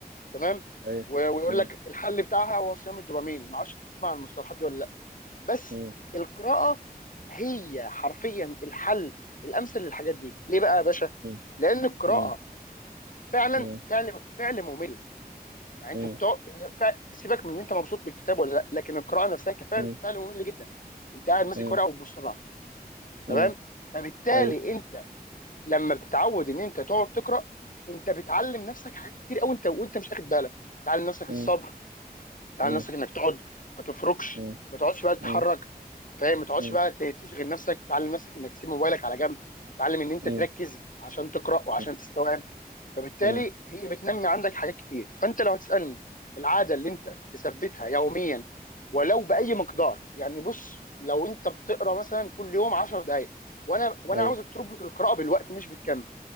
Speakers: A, on the left; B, on the right.
A: تمام
B: أيوة.
A: و- ويقول
B: م.
A: لك الحل بتاعها هو صيام الدوبامين ما اعرفش تسمع عن المصطلحات دي ولا لا بس
B: م.
A: القراءه هي حرفيا الحل الامثل للحاجات دي ليه بقى يا باشا
B: م.
A: لان القراءه
B: م.
A: فعلا
B: م.
A: فعل فعل ممل يعني
B: م.
A: انت بتقعد هي فع- سيبك من ان انت مبسوط بالكتاب ولا لا لكن القراءه نفسها كفعل
B: م.
A: فعل ممل جدا انت قاعد ماسك
B: م.
A: ورقه وتبص لها تمام
B: م.
A: فبالتالي
B: ايوه
A: انت لما بتتعود ان انت تقعد تقرا انت بتعلم نفسك حاجات كتير قوي انت وانت مش واخد بالك تعلم نفسك
B: مم.
A: الصبر تعال
B: مم.
A: نفسك انك تقعد ما تفركش
B: مم.
A: ما تقعدش بقى تتحرك
B: مم.
A: فاهم ما تقعدش
B: مم.
A: بقى ت- تشغل نفسك تعلم نفسك انك تسيب موبايلك على جنب تعلم ان انت
B: مم.
A: تركز عشان تقرا
B: مم.
A: وعشان تستوعب فبالتالي
B: مم.
A: هي بتنمي عندك حاجات كتير فانت لو هتسالني العاده اللي انت تثبتها يوميا ولو باي مقدار يعني بص لو انت بتقرا مثلا كل يوم 10 دقائق وانا وانا
B: أيوة.
A: عاوزك تربط القراءه بالوقت مش بالكم